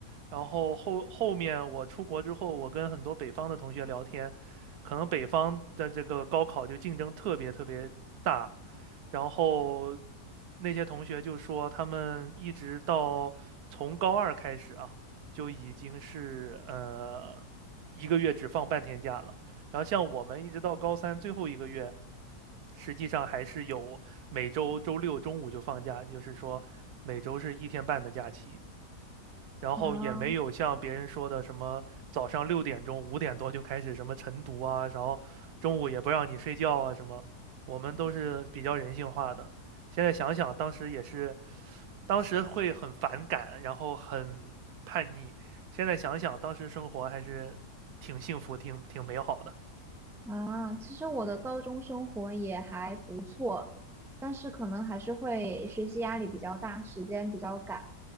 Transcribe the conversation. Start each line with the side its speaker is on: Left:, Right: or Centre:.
Right: 然后后后面我出国之后，我跟很多北方的同学聊天，可能北方的这个高考就竞争特别特别大，然后那些同学就说，他们一直到从高二开始啊，就已经是呃一个月只放半天假了。然后像我们一直到高三最后一个月，实际上还是有每周周六中午就放假，就是说每周是一天半的假期。然后也没有像别人说的什么早上六点钟、
Centre: 啊
Right: 五点多就开始什么晨读啊，然后中午也不让你睡觉啊什么。我们都是比较人性化的。现在想想，当时也是，当时会很反感，然后很叛逆。现在想想，当时生活还是挺幸福、挺挺美好的。
Centre: 啊，其实我的高中生活也还不错，但是可能还是会学习压力比较大，时间比较赶。